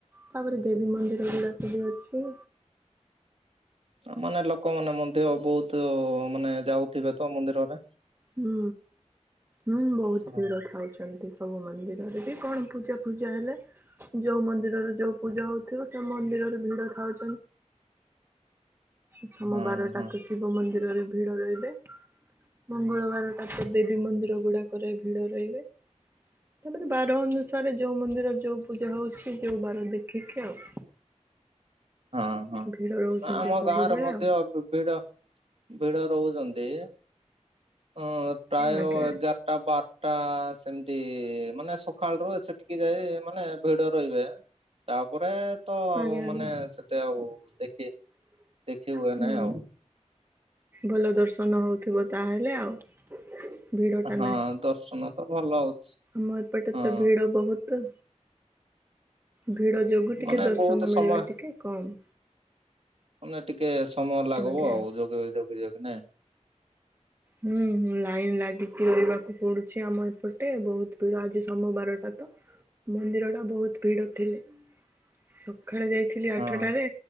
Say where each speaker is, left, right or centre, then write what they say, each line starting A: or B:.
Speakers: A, on the right; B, on the right.
A: ତାପରେ ଦେବୀ ମନ୍ଦିର ଗୁଡ଼ାକ ବି ଅଛି।
B: ମାନେ ଲୋକମାନେ ମନ୍ଦ୍ଯ ବହୁତ ମାନେ ଯାଉଥିବେ ତ ମନ୍ଦିରରେ।
A: ହୁଁ ହୁଁ ବହୁତ
B: ହଁ
A: ଭିଡ଼ ଖାଉଛନ୍ତି। ସବୁ ମନ୍ଦିରରେ ବି କଣ ପୂଜା ଫୂଜା ହେଲେ। ଯୋଉ ମନ୍ଦିରରେ ଯୋଉ ପୂଜା ହଉଥିବ ସେ ମନ୍ଦିରରେ ଭିଡ ଥାଉଛନ୍ତି। ସମୋ
B: ହଁ
A: ବାରଟା
B: ହଁ
A: ତ ଶିବ ମନ୍ଦିରରେ ଭିଡ଼ ରହିବେ। ମଙ୍ଗଳବାରଟା ତ ଦେବୀ ମନ୍ଦିର ଗୁଡ଼ାକରେ ଭିଡ଼ ରହିବେ। ସେମିତି ବାର ଅନୁସାରେ ଯୋଉ ମନ୍ଦିରର ଯୋଉ ପୂଜା ହଉଛି ଯୋଉ ବାର ଦେଖିକି ଆଉ।
B: ହଁ ହଁ
A: ଭିଡ ରହୁଛନ୍ତି
B: ଆମ
A: ସବୁବେଳେ
B: ଗାଁ ର ମଧ୍ୟ
A: ଆଉ
B: ବି-ଭିଡ଼ ଭିଡ଼ ରହୁଛନ୍ତି ଅଁ ପ୍ରାୟ
A: ଆଜ୍ଞା
B: ଏଗାର ଆଟା ବାରଟା ସେମିତି ମାନେ ସକାଳ ର ସେତିକି ଯାଇ ମାନେ ଭିଡ଼ ରହିବେ। ତାପରେ ତ ଆଉ
A: ଆଜ୍ଞା ଆଜ୍ଞା
B: ମାନେ ସେତେ ଆଉ ଦେଖି ଦେଖି ହୁଏ
A: ହୁଁ
B: ନାହିଁ ଆଉ
A: ଭଲ ଦର୍ଶନ ହଉଥିବ ତାହେଲେ ଆଉ। ଭିଡ ଟା
B: ହଁ ଦର୍ଶନ ତ ଭଲ ହଉଛି।
A: ମ ଏ ପଟେ
B: ହଁ।
A: ତ ଭିଡ଼ ବହୁ ତୁ। ଭିଡ଼ ଯୋଗୁଁ ଟିକେ
B: ମାନେ
A: ଦର୍ଶନ
B: ବହୁତ
A: ମିଳିବା
B: ସମୟ
A: ଟିକେ କମ୍।
B: ମାନେ ଟିକେ ସମୟ ଲାଗ୍
A: ଆଜ୍ଞା।
B: ବ ଆଉ ଜଗେ ଜଗି ଜଗି ନେ
A: ହୁଁଁ ଲାଇନ୍ ଲାଗିକି ରହିବାକୁ ପଡୁଛି ଆମ ଏପଟେ ବହୁତ ଭିଡ ଆଜି ସମୋ ବାରଟା ତ ମନ୍ଦିର ଟା ବହୁତ୍ ଭିଡ ଥିଲେ ସକାଳେ ଯାଇ ଥିଲି ଆଠଟାରେ
B: ହଁ